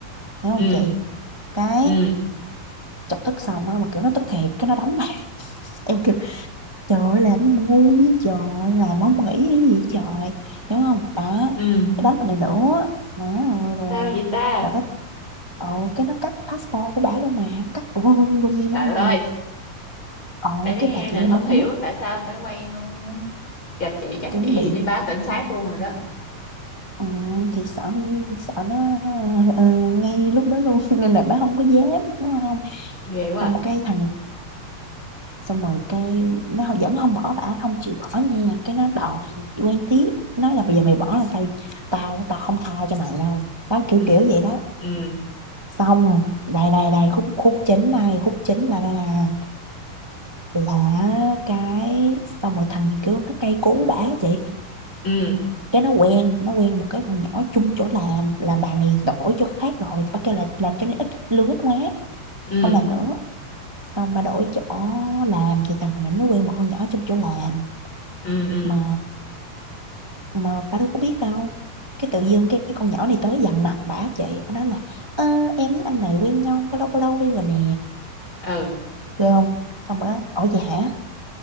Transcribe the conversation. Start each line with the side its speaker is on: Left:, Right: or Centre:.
Right: hiểu
Left: ừ
Right: không chị cái
Left: ừ
Right: chọc tức xong á mà kiểu nó tức thiệt cái nó đánh bà <laughs> em Trời ơi, làm cái mà ngu với trời Làm không nghĩ cái gì vậy trời Hiểu không? Đó
Left: ừ
Right: Cái đánh mình này nữa mẹ ơi luôn
Left: sao vậy ta
Right: Rồi cái Ồ cái nó cắt passport của bả luôn mà Nó cắt luôn luôn luôn như luôn
Left: trời ơi
Right: nè Ồ
Left: em nói
Right: cái
Left: nghe
Right: bà chị
Left: là
Right: em
Left: không
Right: bà phải
Left: hiểu
Right: mất
Left: tại sao phải quen luôn á. gặp chị chắc
Right: kiểu
Left: chị
Right: bị
Left: đi báo cảnh sát luôn rồi đó
Right: ừ, Thì sợ nó Sợ nó ờ, ngay lúc đó luôn <laughs> Nên là bà không có dám Hiểu không?
Left: ghê quá
Right: Xong
Left: à.
Right: cái thằng này xong rồi cái nó không- vẫn không bỏ bả không chịu bỏ nha cái nó đòi quen tiếp nói là bây giờ mày bỏ là tao tao tao không tha cho mày đâu đó kiểu
Left: ừ
Right: kiểu vậy đó
Left: ừ
Right: xong đây đây đây khúc khúc chính này khúc chính là đây là là cái xong rồi thằng này kiểu nó cay cú bả chị
Left: ừ
Right: cái nó quen nó quen một cái con nhỏ chung chỗ làm là bà này đổi chỗ khác rồi thì bà kêu là làm cho nó ít lương ít quá
Left: ừ
Right: không làm nữa xong bà đổi chỗ làm thì thằng này mới quen một con nhỏ trong chỗ làm
Left: ừ ừ
Right: mà mà bà đâu có biết đâu cái tự dưng cái cái con nhỏ này tới dằn mặt bả chị bả nói là "Ơ, em với anh này quen nhau bao lâu bao lâu đi rồi nè
Left: ừ
Right: được không xong rồi nói ủa vậy hả